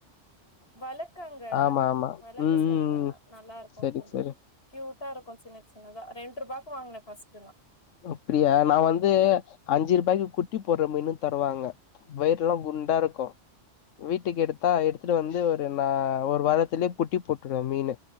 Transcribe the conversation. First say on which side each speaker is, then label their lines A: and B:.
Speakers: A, on the left; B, on the left.
A: வளக்கங்க
B: ஆமா ஆமா
A: வளக்க
B: ம்
A: சொல்றான்
B: ம்
A: அவன்
B: ம்
A: நல்லா இருக்குன்
B: சரி
A: சொல்லி
B: சரி
A: க்யூட்டா இருக்கு சின்ன சின்னதா ரெண்டு ரூபாக்கு வாங்குன ஃபர்ஸ்ட்டெல்லா
B: அப்டியா நா வந்து அஞ்சி ரூபாய்க்கு குட்டி போடுற மீனு தருவாங்க வயிறெல்லா குண்டா இருக்கு வீட்டுக்கு எடுத்தா எடுத்துட்டு வந்து ஒரு நா ஒரு வாரத்துலயே குட்டி போட்டுரு மீனு